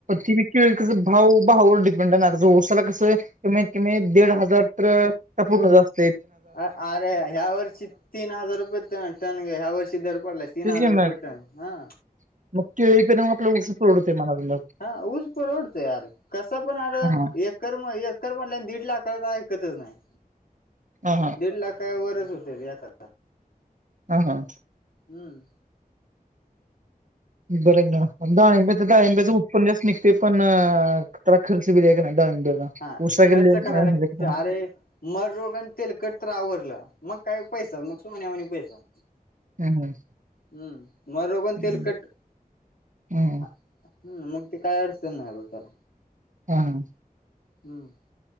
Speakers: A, on the right; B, on the left.
A: ते बी केळी कस, भाव भावर डिपेंड हाय, तसं उसाला कसं कमत कमी दिड हजार तर, त्या पूर्ण जात
B: अ अरे ह्या वर्षी तीन हजार रुपये टन टन ह्या वर्षी दर पडलाय तीन
A: तेच
B: हजार
A: की मग
B: रुपये टन हा
A: मग केळी पण मग आपल्याला ऊस परवडतोय म्हणायचं मग
B: हा ऊस परवडत आर कसं पण अर
A: हा
B: एक कर्म एकर म्हणल्यावर दीड लाख करात ऐकतच नाही
A: हा
B: दीड लाखावरच होते एका
A: हा हा
B: हम्म
A: बरं ना डाळिंब्याच डळिंब्याचं उत्पन्न जास्त निघते पण तेला खर्च बी लई हाय कनी डाळिंब्याला
B: हा
A: <inaudible> ऊस <inaudible>
B: खर्च करायला अरे मर रोग आणि तेलकट तर आवरलं मग काय पैसा मग सोन्यावाणी पैसा
A: हम्म
B: हम्म मग रोगन
A: हम्म
B: तेलकट
A: हम्म,
B: हम् मग ते काय अडचण नाही बघ त्याला
A: हा ह
B: हम्म